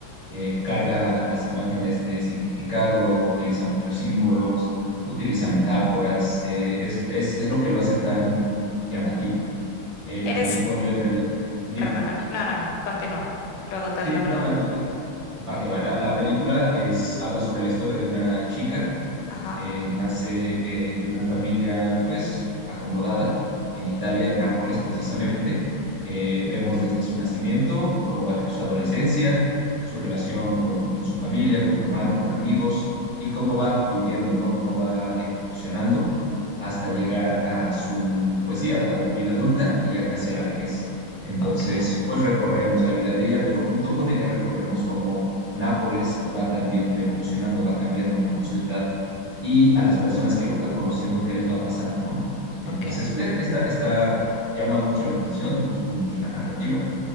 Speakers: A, on the right; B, on the left.
A: eh, carga a las imágenes de significado, utiliza muchos símbolos, utiliza metáforas, eh, es, es- es lo que lo hace tan llamativo. Eh, la
B: Eres...
A: película en realidad, dime,
B: Perdóname. No, no, no. Continúa. Luego te
A: sí,
B: hago la
A: no,
B: pregunta.
A: la- va que va, la, la película es, habla sobre la historia de una chica
B: Ajá.
A: eh, nace eh, de una familia pues acomodada en Italia, en Nápoles precisamente. Eh, vemos desde su nacimiento cómo va cre- su adolescencia, su relación con, con su familia, con su hermano, con amigos y cómo va viviendo, ¿no? Cómo va evolucionando hasta llegar a su, pues sí, a, a vida adulta y ya casi a la vejez. Entonces,
B: Ok,
A: pues recorremos la vida de ella, pero junto con ella recorremos cómo Nápoles va también evolucionando, va cambiando como ciudad y a las personas que va conociendo qué les va pasando, ¿no? Entonces,
B: ok.
A: eh, esta, esta llama mucho la atención, me gustó mucho la narrativa